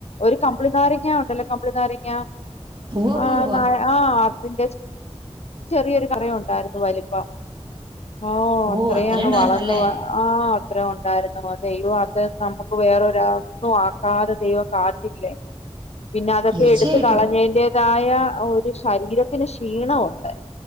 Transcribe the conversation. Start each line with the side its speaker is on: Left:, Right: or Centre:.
Left: ഒരു കമ്പിളി നാരങ്ങ ഉണ്ടല്ലോ കമ്പിളി നാരങ്ങ
Right: ഉവ്വ ഉവ്വ
Left: ആഹ്
Right: ഉവ്വ
Left: നാ ആഹ് അതിന്റെ ചെറിയൊരു കറയുണ്ടായിരുന്നു വലിപ്പം ഓഹ്
Right: ഓ
Left: അത്രയും
Right: അത്ര
Left: അങ്ങ്
Right: ഉണ്ടായിരുന്നല്ലേ
Left: വളർന്നുവ ആഹ്, അത്ര ഒണ്ടായിരുന്നു ആഹ് ദൈവം അത്ര നമുക്ക് വേറൊരാക്കും ആക്കാതെ ദൈവം കാത്തില്ലേ പിന്നെ അതൊക്കെ
Right: തീർച്ചയായിട്ടും
Left: എട്ത്ത് കളഞ്ഞെയ്ൻ്റെതായ ഒരു ശരീരത്തിന് ക്ഷീണവുണ്ട്